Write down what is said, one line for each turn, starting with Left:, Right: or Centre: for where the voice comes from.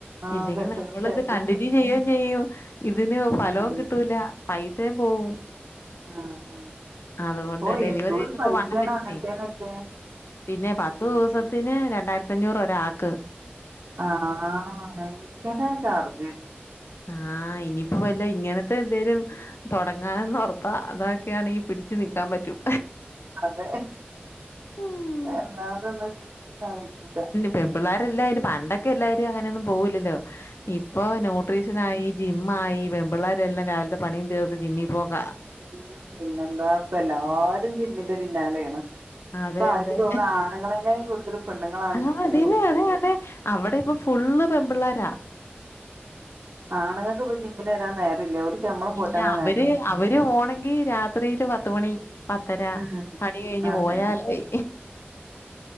Right: അതെ
Left: ഇല്ലെങ്കിൽ നമ്മളിത്
Right: തീർച്ചയായിട്ടും
Left: കണ്ടിട്ട് <unintelligible> ചെയ്യേം ചെയ്യും ഇതിന് ഫലവും
Right: ആഹ്
Left: കിട്ടൂല്ല പൈസേം പോവും
Right: ആഹ് ആഹ്
Left: അതുകൊണ്ട്
Right: ഓ
Left: ഡെലിവറി
Right: എന്തോരു
Left: കഴിഞ്ഞപ്പോ
Right: പൈസയാണ്
Left: വണ്ണം വച്ചന്നേ
Right: അങ്ങനത്തേനൊക്കെ
Left: പിന്നെ പത്തു ദിവസ പിന്നെ രണ്ടായിരത്തഞ്ഞൂറ് ഒരാൾക്ക്
Right: ആഹ് ആഹ് ഭയങ്കര ചാർജ്
Left: ആഹ് ഇനിയിപ്പോ വല്ലോ ഇങ്ങനത്തെ എന്തേലും തൊടങ്ങാനന്ന് ഒർത്ത അത ഒക്കെ ആണെങ്കി പിടിച്ചു നിക്കാൻ പറ്റും
Right: അതെ
Left: ഉം
Right: എല്ലാതൊന്നും പിട്ച്ച് ക്കാം വെയ്ക്കൂല
Left: പെൺപിള്ളേരെല്ലാം അതിന് പണ്ടൊക്കെ എല്ലാരും അങ്ങനെയൊന്നും പോവില്ലല്ലോ ഇപ്പൊ ന്യൂ ട്രീഷനായി ജിം ആയി പെമ്പിള്ളേരെല്ലാം രാവിലത്തെ പണിയും തീർത്ത് ജിമ്മിൽ പോക്കാ
Right: <inaudible> പിന്നെന്താ ഇപ്പ എല്ലാരും ജിമ്മിന്റെ പിന്നാലെയാണ്
Left: അതെ
Right: ഇപ്പൊ ആനിക്ക്
Left: അതെ
Right: തോന്നുന്നു ആണുങ്ങളെക്കായും കൂടുതൽ പെണ്ണുങ്ങളാണ്
Left: ആഹ്
Right: ജിമ്മിന്
Left: അതന്നെ
Right: തോന്നുന്നുണ്ട്
Left: അതെ അതെ അവെടെ ഇപ്പൊ ഫുള്ള് പെൺമ്പിള്ളാരാ
Right: ആണ്ങ്ങക്ക്‌ പ്പ ജിമ്മിന് രാൻ നേരല്ല നമ്മളെ പോറ്റാനേ
Left: ഇല്ല അവര്
Right: നേരള്ളൂ
Left: അവര് വോണെങ്കി രാത്രിയില് പത്തുമണി പത്തര
Right: ഉം
Left: പണി കഴ്ഞ്
Right: അതെ
Left: പോയാലായി
Right: അതെ